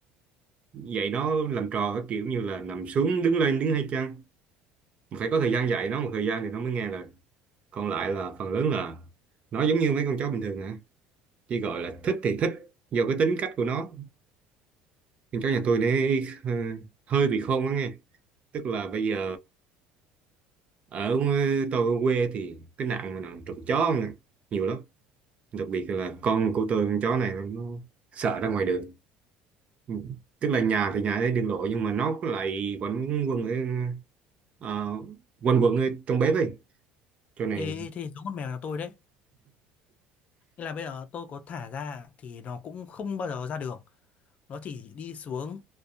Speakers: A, on the right (about 40°); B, on the left (about 45°).
A: dạy nó làm trò cái kiểu như là nằm xuống đứng lên đứng hay chăng Mà phải có thời gian dạy nó một thời gian thì nó mới nghe lời còn lại là phần lớn là nó giống như mấy con chó bình thường hả chỉ gọi là thích thì thích do cái tính cách của nó nhưng cháu nhà tôi này ờ, hơi bị khôn quá nghe tức là bây giờ ở tôi ở quê thì cái nạn mà nạn trộm chó nè, nhiều lắm đặc biệt là con của tôi con chó này nó sợ ra ngoài đường Ừ. tức là nhà thì nhà ở đường lộ nhưng mà nó lại quanh quẩn ở ờ, quanh quẩn ở trong bếp ấy cho này
B: ê thế giống con mèo nhà tôi đấy Nên là bây giờ tôi có thả ra thì nó cũng không bao giờ ra đường. Nó chỉ đi xuống